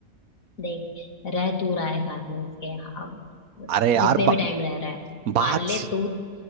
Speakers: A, on the left; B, on the right.
A: देख रह तू रहा है साथ में उसके अब
B: अरे यार
A: जितने भी
B: बा,
A: टाइम रह रहा है
B: बात
A: मान
B: सी-
A: ले तू